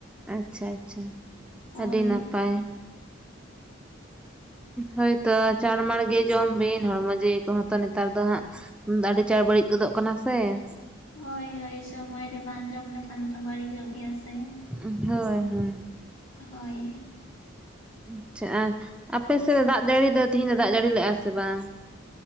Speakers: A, in the centre; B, on the left.
A: ᱟᱪᱪᱷᱟ ᱟᱪᱪᱷᱟ
B: ᱦᱳᱭ
A: ᱟᱹᱰᱤ ᱱᱟᱯᱟᱭ ᱾ ᱦᱳᱭᱛᱚ ᱪᱟᱲᱢᱟᱲᱜᱮ ᱡᱚᱢ ᱵᱤᱱ ᱦᱚᱲᱢᱚ ᱡᱤᱣᱤ ᱠᱚᱦᱚᱸ ᱛᱚ ᱱᱮᱛᱟᱨ ᱫᱚ ᱦᱟᱸᱜ ᱟᱹᱰᱤ ᱪᱟᱬ ᱵᱟᱹᱲᱤᱡ ᱜᱚᱫᱚᱜ ᱠᱟᱱᱟ ᱥᱮ ᱾
B: ᱦᱳᱭ ᱦᱳᱭ ᱥᱳᱢᱚᱭ ᱨᱮ ᱵᱟᱝ ᱡᱚᱢ ᱞᱮᱠᱷᱟᱱ ᱛᱚ ᱵᱟᱹᱲᱤᱡᱚᱜ ᱜᱮᱭᱟ ᱥᱮ ᱾
A: ᱩᱸᱷ, ᱦᱳᱭ -ᱦᱳᱭ ᱾
B: ᱦᱚᱭ ᱾
A: ᱟᱪ-ᱪᱷᱟ ᱟᱨ, ᱟᱯᱮ ᱥᱮᱫ ᱫᱟᱜ ᱡᱟᱹᱲᱤ ᱫᱚ ᱛᱤᱦᱤᱧ ᱫᱚ ᱫᱟᱜ ᱡᱟᱹᱲᱤ ᱞᱮᱫᱼᱟ ᱥᱮ ᱵᱟᱝ?